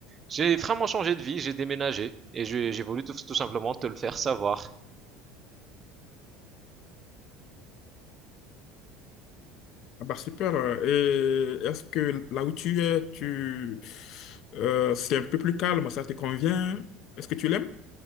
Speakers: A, on the right (about 30°); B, on the left (about 55°).
A: J'ai vraiment changé de vie, j'ai déménagé et j'ai j'ai voulu tout, tout simplement te le faire savoir.
B: Ah bah super. Euh, Et est-ce que là où tu es, tu euh, c'est un peu plus calme, ça te convient? Est-ce que tu l'aimes?